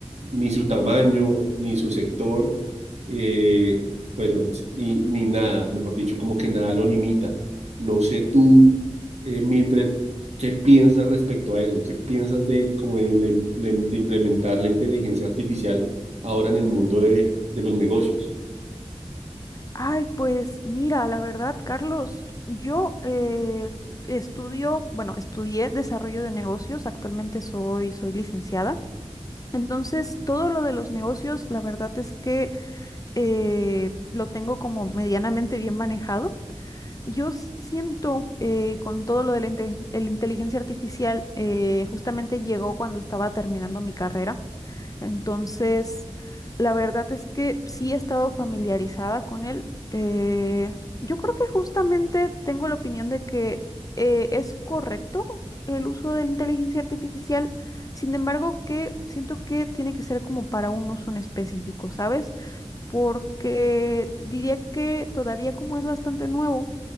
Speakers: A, on the right; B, on the left.
A: ni su tamaño, ni su sector, eh, bueno, si, y, ni nada, mejor dicho, como que nada lo limita. No sé tú, eh, Mildred, ¿Qué piensas respecto a eso? ¿Qué piensas de, como de, la imple- de implementar la inteligencia artificial ahora en el mundo de, de los negocios?
B: Ay, pues mira, la verdad, Carlos, yo eh, estudio, bueno, estudié desarrollo de negocios, actualmente soy, soy licenciada. Entonces, todo lo de los negocios, la verdad es que eh, lo tengo como medianamente bien manejado. Yo siento eh, con todo lo de la, inte- el inteligencia artificial, eh, justamente llegó cuando estaba terminando mi carrera. Entonces, la verdad es que sí he estado familiarizada con él. Eh, yo creo que justamente tengo la opinión de que eh, es correcto el uso de la inteligencia artificial, sin embargo, que siento que tiene que ser como para un uso en específico, ¿sabes? Porque diría que todavía como es bastante nuevo,